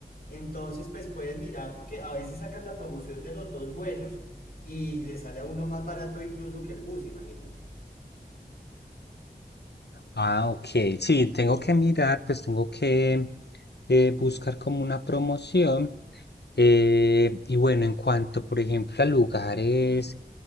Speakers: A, on the left; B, on the left.
A: Entonces, pues puedes mirar porque a veces sacas la promoción de los dos vuelos y le sale a uno más barato incluso que el bus, imagínate.
B: Ah, ok, sí, tengo que mirar, pues tengo que eh, buscar como una promoción. Eh, y bueno, en cuanto, por ejemplo, a lugares,